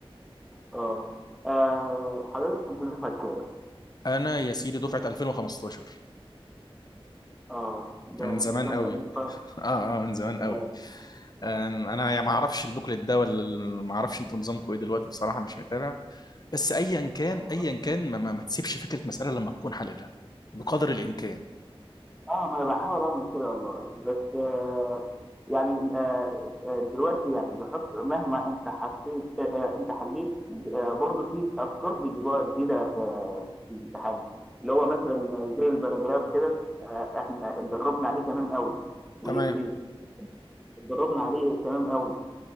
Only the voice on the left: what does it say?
انا يا سيدي دفعه 2015
من زمان
قوي
<laughs> اه اه من زمان قوي
أم، انا يا ما اعرفش البوكلت ده ولا ال- ما اعرفش انتوا نظامكم ايه دلوقتي بصراحه مش متابع بس ايا كان
ايا كان ما, ما, ما تسيبش فكره مساله لما تكون حللها بقدر الامكان
تمام